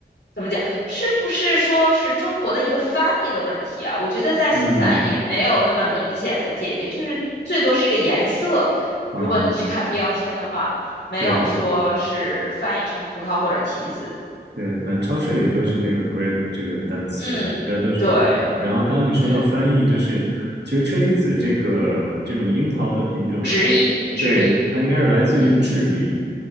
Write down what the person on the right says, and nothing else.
嗯
啊，
对。对，反正超市里都是那个 grape 这个单词，
应该都是葡萄。
然后刚刚你说到翻译，
就是其实车厘子这个这种樱桃的品种，
对，它应该是来自于智利，